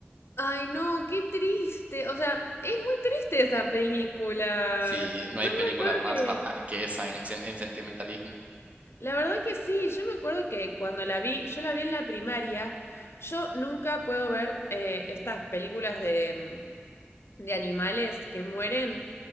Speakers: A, on the left (about 70°); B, on the right (about 30°).
A: Ay, no, qué triste. O sea, es muy triste esa película.
B: Sí, no
A: Yo
B: hay película
A: me acuerdo
B: más
A: que,
B: fatal que esa en, sen- en sentimentalismo.
A: la verdad que sí, yo me acuerdo que cuando la vi, yo la vi en la primaria, yo nunca puedo ver eh, estas películas de... mm, de animales que mueren,